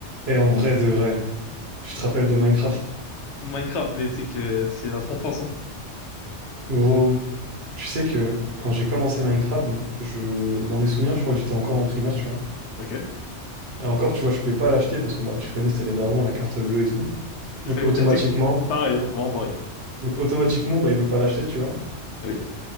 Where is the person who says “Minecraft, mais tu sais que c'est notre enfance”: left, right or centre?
Left